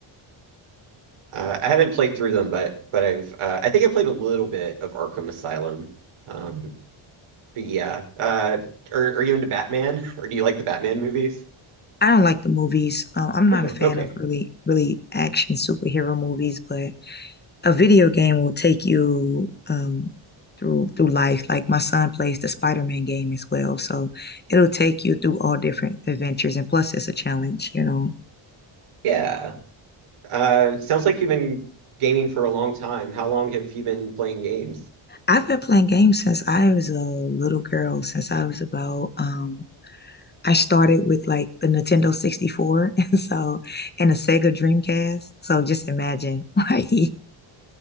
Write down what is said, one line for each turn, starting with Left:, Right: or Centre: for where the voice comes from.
Right: Uh, I haven't played through them, but but I've uh, I think I played a little bit of Arkham Asylum. Um, but yeah, uh, are are you into Batman <laughs> or do you like the Batman movies?
Left: I don't like the movies. Um, I'm not
Right: No.
Left: a fan
Right: Okay.
Left: of really really action superhero movies, but a video game will take you um, through through life. Like my son plays the Spider-Man game as well, so it'll take you through all different adventures. And plus, it's a challenge, you know.
Right: Yeah. Uh, sounds like you've been gaming for a long time. How long have you been playing games?
Left: I've been playing games since I was a little girl, since I was about um, I started with like the Nintendo 64 <laughs> and so and a Sega Dreamcast. So just imagine <laughs> like